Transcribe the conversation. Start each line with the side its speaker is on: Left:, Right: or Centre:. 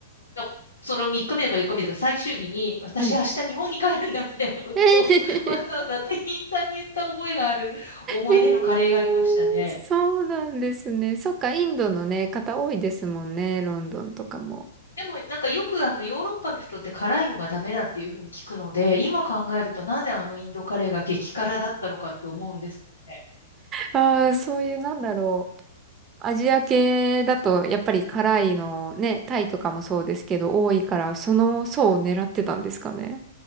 Left: のその3日目とか4日目とか最終日に、私明日日本に帰るんだみたいなことを
Right: はい。ええ
Left: <laughs> わざわざ店員さんに言った覚えがある思い出のカレーがありましたね。
Right: <laughs> えーそうなんですね。
Left: うん
Right: そっか、インドのね、方多いですもんね、ロンドンとかも。
Left: うんでもなんかよくあのヨーロッパの人って辛いのがダメだっていうふうに聞くので、今考えるとなぜあのインドカレーが激辛だったのかって思うんですけどね。
Right: ああ、そういう、なんだろう。アジア系だと、やっぱり辛いのね、タイとかもそうですけど、多いから、その層を狙ってたんですかね。